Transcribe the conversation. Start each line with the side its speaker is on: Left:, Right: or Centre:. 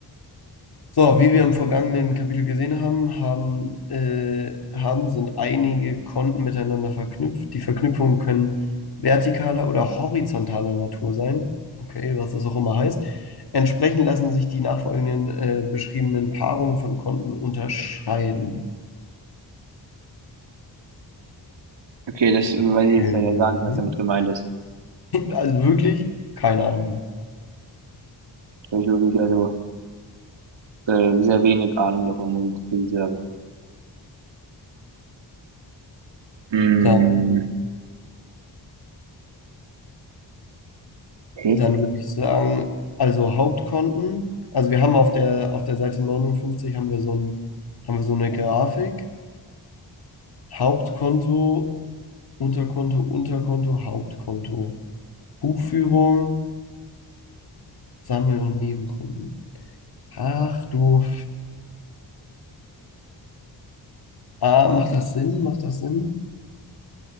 Left: So, wie wir im vergangenen Kapitel gesehen haben, haben, äh, haben sind einige Konten miteinander verknüpft. Die Verknüpfungen können vertikaler oder horizontaler Natur sein. Okay, was das auch immer heißt. Entsprechend lassen sich die nachfolgenden äh, beschriebenen Paarungen von Konten unterscheiden.
Right: Okay, das weiß
Left: Okay.
Right: ich jetzt leider gar nicht, was damit gemeint ist.
Left: Also wirklich, keine Ahnung.
Right: Da hab ich wirklich, also, äh, sehr wenig Ahnung davon, muss ich sehr Mm,
Left: Dann,
Right: okay.
Left: dann würde ich sagen, also Hauptkonten. Also wir haben auf der, auf der Seite 59 haben wir so ein, haben wir so eine Grafik. Hauptkonto, Unterkonto, Unterkonto, Hauptkonto. Buchführung, Sammel- und Nebenkonten. Ach du. Ah, macht das Sinn? Macht das Sinn?